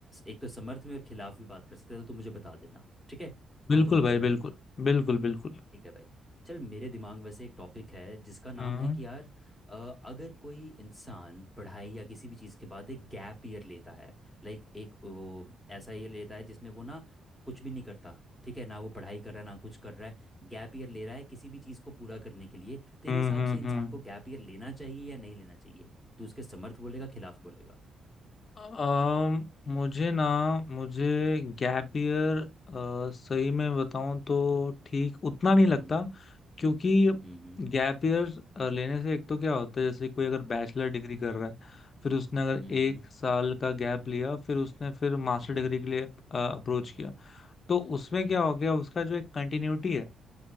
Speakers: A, in the centre; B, on the left.
A: एक तो समर्थ में और खिलाफ भी बात कर सकते हैं तो तू मुझे बता देना ठीक है
B: बिल्कुल
A: हम दोनों
B: भाई
A: कर लेंगे
B: बिल्कुल बिल्कुल बिल्कुल
A: ठीक है भाई चल मेरे दिमाग में वैसे एक टॉपिक है जिसका नाम
B: हम्म
A: है कि यार अ, अगर कोई इंसान पढ़ाई या किसी भी चीज़ के बाद एक गैप ईयर लेता है लाइक एक वो ऐसा ये लेता है जिसमें वो ना कुछ भी नहीं करता ठीक है ना वो पढ़ाई कर रहा है ना कुछ कर रहा है गैप ईयर ले रहा है किसी भी चीज़ को पूरा करने के लिए तेरे
B: हम्म
A: हिसाब
B: हम्म
A: से इंसान
B: हम्म।
A: को गैप ईयर लेना चाहिए या नहीं लेना चाहिए तू उसके समर्थ बोलेगा खिलाफ बोलेगा
B: अम, मुझे ना मुझे गैप ईयर सही में बताऊं तो ठीक उतना नहीं
A: हम्म
B: लगता क्योंकि
A: हम्म
B: गैप ईयर लेने से एक तो क्या होता है जैसे कोई अगर बैचलर डिग्री कर रहा है फिर उसने अगर
A: हम्म
B: एक
A: हम्म
B: साल का गैप लिया फिर उसने फिर मास्टर
A: हम्म
B: डिग्री
A: हम्म
B: के लिए अप्रोच किया तो उसमें क्या हो गया उसका जो एक कंटिन्यूटी है